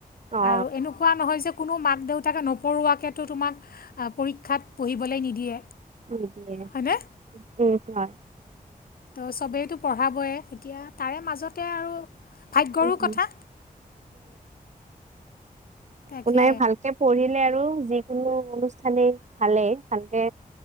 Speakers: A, on the right; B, on the left.
A: অ
B: আৰু এনেকুৱা নহয় যে কোনো মাক -দেউতাকে নপঢ়োঁৱাকেতো তোমাক পৰীক্ষাত পঢ়িবলৈ নিদিয়ে।
A: উ
B: হয়নে
A: <inaudible> সছ
B: ত' চবেইতো পঢ়াবয়ে, এতিয়া তাৰে মাজতে আৰু ভাগ্যৰো
A: উম
B: কথা।
A: উম
B: তাকে
A: একো নাই ভালকে পঢ়িলে আৰু যিকোনো অনু ঠানেই ভালেই, ভালকে